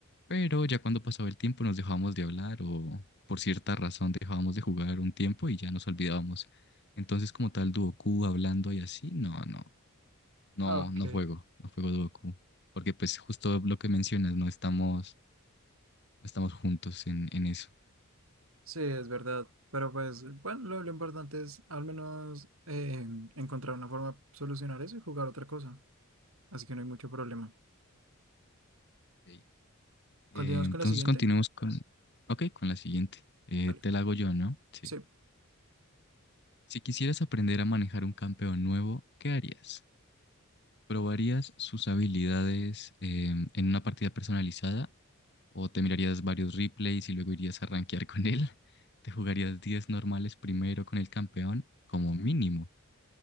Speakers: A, on the left (about 50°); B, on the right (about 70°).
A: Pero ya cuando pasaba el tiempo nos dejábamos de hablar o por cierta razón dejábamos de jugar un tiempo y ya nos olvidábamos. Entonces como tal Duoku hablando y así, no, no, no,
B: Ah, Ok.
A: no juego, no juego Duoku. Porque pues justo lo que mencionas, no estamos Estamos juntos en, en eso.
B: Sí, es verdad. Pero pues, bueno, lo, lo importante es al menos eh, encontrar una forma de solucionar eso y jugar otra cosa. Así que no hay mucho problema.
A: Ok.
B: Continuamos
A: Eh, entonces
B: con la siguiente.
A: continuemos con, ok, con la siguiente. Eh,
B: Dale.
A: te la hago yo, ¿no? Sí.
B: Sí.
A: Si quisieras aprender a manejar un campeón nuevo, ¿qué harías? ¿Probarías sus habilidades eh, en una partida personalizada? ¿O te mirarías varios replays y luego irías a rankear con él? <laughs> ¿Te jugarías 10 normales primero con el campeón, como mínimo?